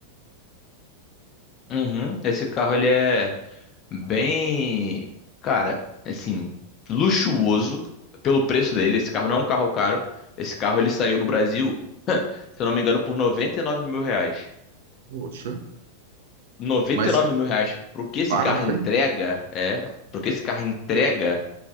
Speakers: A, on the left; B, on the right.
A: Uhum. Esse carro ele é bem, cara, assim, luxuoso pelo preço dele. Esse carro não é um carro caro. Esse carro ele saiu no Brasil, se eu não me engano, por noventa e nove mil reais.
B: Poxa,
A: noventa
B: mas
A: e nove mil reais pro que
B: barato,
A: esse carro entrega,
B: hein?
A: é, pro que esse carro entrega.